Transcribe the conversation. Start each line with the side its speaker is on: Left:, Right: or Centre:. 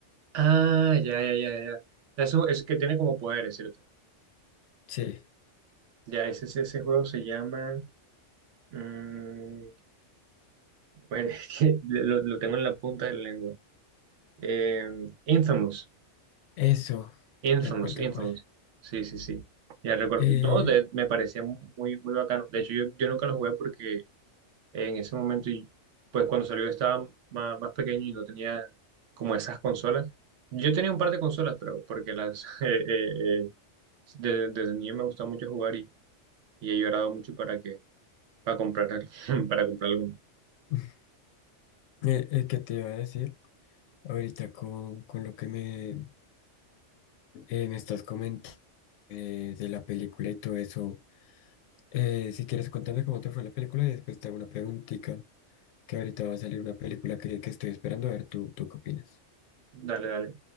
Right: Ah, ya, ya, ya, ya. Eso es que tiene como poderes, ¿cierto?
Left: Sí,
Right: Ya, ese, ese ese juego se llama... mm, bueno, <laughs> es que lo, lo tengo en la punta de la lengua. Em, Infamous,
Left: eso,
Right: Infamous,
Left: tal cual, tal
Right: Infamous.
Left: cual.
Right: Sí, sí, sí. Ya recuerdo.
Left: Eh,
Right: No, de- me parecía muy, muy bacano. De hecho, yo, yo nunca lo jugué porque... en ese momento, y pues cuando salió yo estaba ma- más, pequeño y no tenía como esas consolas. Yo tenía un par de consolas, pero porque las <laughs> eh, eh, eh, desde, desde niño me gustaba mucho jugar y, y he llorado mucho para que para comprar al- <laughs> para comprar alguna.
Left: <laughs> Eh, eh, ¿qué te iba a decir? Ahorita con, con lo que me, eh, me estás comentando eh, de la película y todo eso, eh, si quieres contarme cómo te fue la película y después te hago una preguntita, que ahorita va a salir una película que, que estoy esperando, a ver, ¿tú, tú qué opinas?
Right: Dale, dale.